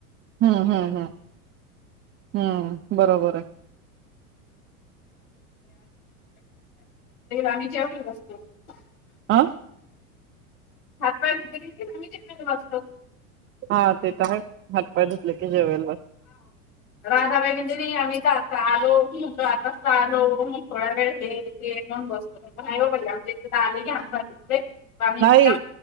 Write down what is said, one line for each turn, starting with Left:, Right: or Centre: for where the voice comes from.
Right: हा हा हा हा हा बरोबर. का
Left: आम्हीच्यावर बसतो. <unintelligible>
Right: आ.
Left: हातपाय धुतलं की <unintelligible> कायम असत.
Right: हा ते त हायत हात पाय धुतलं, की जेवायला बस.
Left: राधाबाई म्हणजे नही आम्ही इथ आता आलो तू म्हणतोय आता त आलो मग थोडा वेळ हे ते मंग बसलो. नाही हो बाई आमच्या इथे त आले की हात पाय धुतले. पाणी पी.
Right: ते